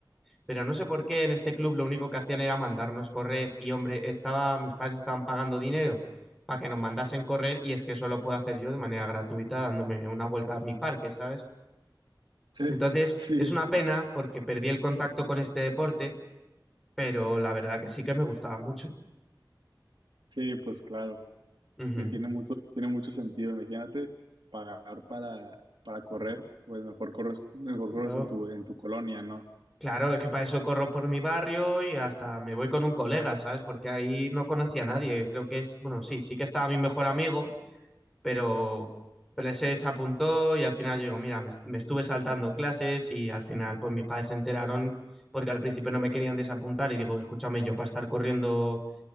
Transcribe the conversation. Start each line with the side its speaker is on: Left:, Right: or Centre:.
Centre: Pero no sé por qué en este club lo único que hacían era mandarnos correr y, hombre, estaba, mis padres estaban pagando dinero para que nos mandasen correr y es que eso lo puedo hacer yo de manera gratuita dándome una vuelta a mi parque, ¿sabes?
Right: Sí, <laughs>
Centre: Entonces,
Right: sí,
Centre: es
Right: eso
Centre: una pena
Right: es-
Centre: porque perdí el contacto con este deporte, pero la verdad que sí que me gustaba mucho.
Right: sí, pues claro.
Centre: Ujú.
Right: Sí, tiene mucho, tiene mucho sentido. Imagínate pagar para, para correr, pues mejor corres, mejor
Centre: Claro,
Right: corres en tu, en tu colonia, ¿no?
Centre: claro, es que para eso corro por mi barrio y hasta me voy con un colega, ¿sabes? Porque ahí no conocía a nadie. Creo que es, bueno, sí, sí que estaba mi mejor amigo, pero, pero ese se apuntó y al final yo digo, mira, me, me estuve saltando clases y al final pues mis padres se enteraron porque al principio no me querían desapuntar y digo, escúchame, yo para estar corriendo